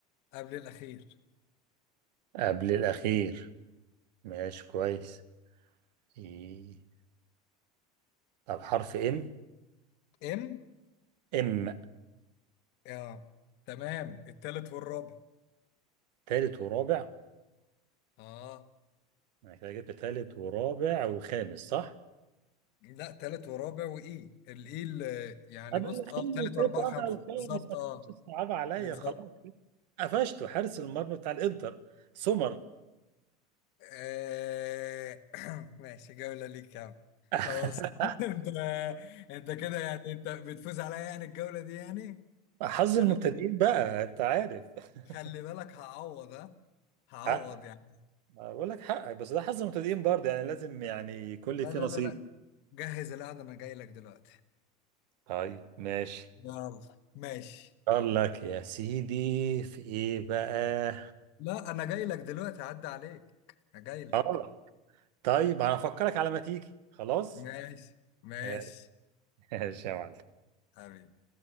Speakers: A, on the left; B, on the right.
A: قبل الاخير
B: قبل الأخير ماشي كويس إي طب حرف إم
A: ام
B: إم
A: اه تمام التالت والرابع
B: تالت ورابع
A: اه
B: انا كده جبت تالت ورابع وخامس صح؟
A: لا تالت ورابع وايه الايه اللي يعني
B: قبل
A: بص
B: الأخير
A: اه تالت
B: تالت
A: واربعة
B: رابع
A: خمسة
B: وخامس
A: بالظبط
B: ما
A: اه
B: تكونش صعب عليا
A: بالظبط
B: خلاص قفشته حارس المرمى بتاع الانتر سمر
A: آه... <clears throat> ماشي جولة ليك يا عم
B: <laughs>
A: خلاص <laughs> انت انت كده يعني انت بتفوز عليا يعني الجولة دي يعني
B: حظ
A: خلي
B: المبتدئين
A: بالك
B: بقى انت عارف <laughs>
A: خلي بالك هعوض ها هعوض
B: حق
A: يعني
B: بقول لك حقك بس ده حظ المبتدئين برضه يعني لازم يعني يكون
A: لا
B: لي فيه
A: لا
B: نصيب
A: لا لا جهز القعدة انا جاي لك دلوقتي
B: طيب ماشي
A: يلا ماشي
B: قال لك يا سيدي في ايه بقى
A: لا انا جاي لك دلوقتي عدى عليك انا جاي لك
B: اه طيب انا افكرك على ما تيجي خلاص
A: ماشي ماشي
B: <laughs> ماشي يا معلم
A: حبيبي